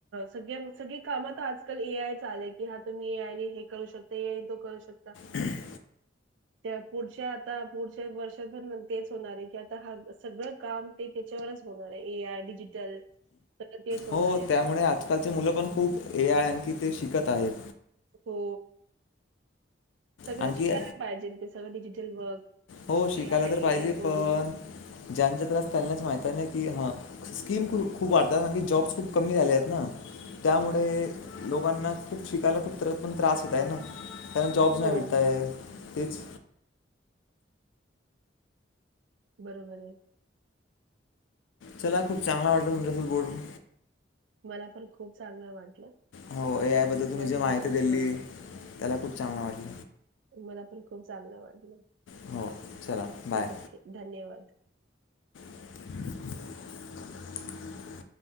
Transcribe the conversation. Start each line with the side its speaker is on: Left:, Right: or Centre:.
Right: सगळ्या सगळी कामात आजकाल ए आय चालेल कि हा तुम्ही येयई हे करू शकता येई तो करू शकता
Left: हम <inaudible>
Right: त्या पुढच्या आता पुढच्या वर्षात पण तेच होणार आहे की आता हा सगळं काम ते त्याच्यावरच बोलणार आहे ए आय डिजिटल सगळं तेच होणार
Left: हो
Right: आहे.
Left: त्यामुळे आजकालचे मुलं पण खूप ए आय आणखी ते शिकत आहेत
Right: हो सगळ्या
Left: आणखी
Right: शिकायला पाहिजे ते सगळं डिजिटल वर्क
Left: हो
Right: ए
Left: शिकायला
Right: आय
Left: तर पाहिजे
Right: ए आय कोडिंग
Left: पण ज्यांच्या तलाास त्यांनाच माहत नाही की हा स्कीम खू खूप वाढतात आणखी जॉब्स खूप कमी झाले आहेत ना. त्यामुळे लोकांना खूप शिकायला खूप तरत पण त्रास होत आहे ना. कारण जॉब्स
Right: हो
Left: नाही विटत
Right: हो
Left: आहे तीच
Right: बरोबर आहे.
Left: चला खूप चांगला वाटला तुमच्यासी बोलून.
Right: मला पण खूप चांगलं वाटलं.
Left: हो ए आय बद्दल तुम्ही जे
Right: हेच
Left: माहिती
Right: हां
Left: दिली, त्याला खूप चांगला वाटल.
Right: मला पण खूप चांगल वाटल.
Left: हो चला बाय.
Right: ओके धन्यवाद.
Left: <inaudible>